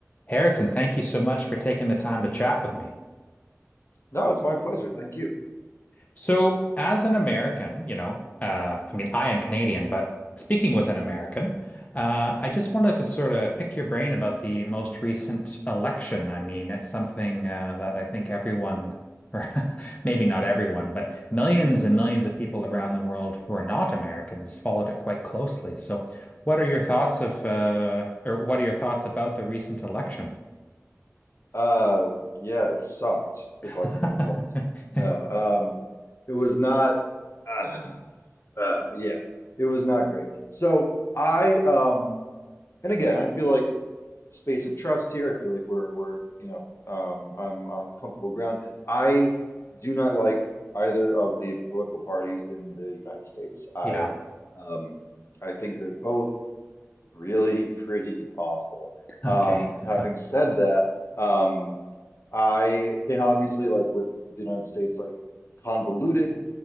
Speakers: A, on the left; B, on the left.
A: Harrison, thank you so much for taking the time to chat with me.
B: No, it's my pleasure. Thank you.
A: So, as an American, you know, uh, I mean, I am Canadian, but speaking with an American, uh, I just wanted to sort of pick your brain about the most recent election. I mean, it's something uh, that I think everyone, or <laughs> maybe not everyone, but millions and millions of people around the world who are not Americans followed it quite closely. So, what are your thoughts of, uh, or what are your thoughts about the recent election?
B: Uh, yeah, it sucked,
A: <laughs>
B: if I can be blunt. No, um, it was not. Uh, uh, yeah, it was not great. So I, um, and again, I feel like space of trust here. I feel like we're we're you know um, I'm on comfortable ground. I do not like either of the political parties in the United States. I
A: Yeah.
B: um, I think they're both. really pretty awful.
A: Okay.
B: Um, having
A: <laughs>
B: said that, um, I, and obviously, like with the United States, like convoluted,